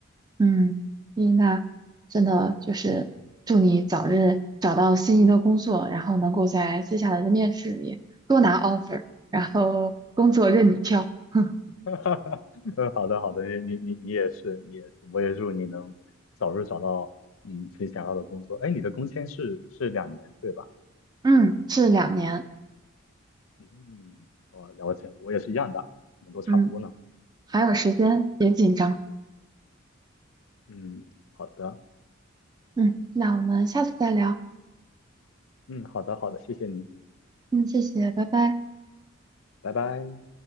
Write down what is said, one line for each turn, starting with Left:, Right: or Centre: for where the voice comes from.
Right: 嗯，伊娜，真的就是祝你早日找到心仪的工作，然后能够在接下来的面试里多拿 offer，然后工作任你挑。<laughs>
Left: <laughs>。嗯，好的好的，你你你你也是，你也是，我也祝你能早日找到嗯自己想要的工作。哎，你的工签是是两年对吧？
Right: 嗯，是两年。
Left: 嗯，我了解了，我也是一样的，我们都差不多呢。
Right: 嗯，还有时间，别紧张。
Left: 嗯，好的，
Right: 嗯，那我们下次再聊。
Left: 嗯，好的好的，谢谢你，
Right: 嗯，谢谢，拜拜。
Left: 拜拜。